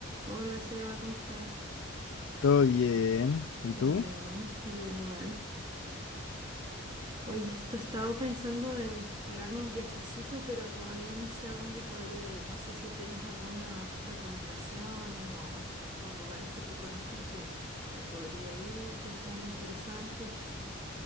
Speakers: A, on the right; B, on the left.
A: Hola Seba, ¿cómo estás?
B: Todo bien. ¿Y
A: Qué
B: tú?
A: bueno, bien igual. Oye, esto he estado pensando en pegarme un viajecito, pero todavía no sé a dónde podría ir. No sé si tienes algunas recomendaciones o, o lugares que tú conozcas que, que podría ir, que sean interesantes.